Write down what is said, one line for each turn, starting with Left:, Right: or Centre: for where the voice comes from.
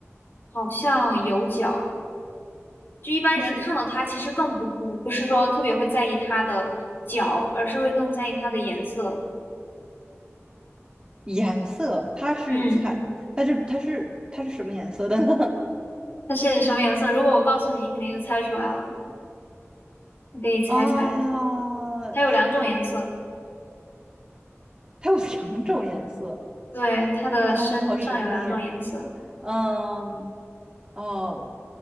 Left: 好像有角。就一般人看到它，
Right: 是系
Left: 其实更不不不是说特别会在意它的脚，而是会更在意它的颜色。
Right: 颜色，它是彩，
Left: 嗯，
Right: 但是它是它是什么颜色的呢？
Left: 它是什么颜色？如果我告诉你，你肯定就猜出来了。你可以猜猜，
Right: <laughs> 啊，
Left: 它有两种颜色。
Right: 是头，它有两种颜色
Left: 对，它的身上有两种颜色。
Right: 啊，好神秘啊，嗯。哦，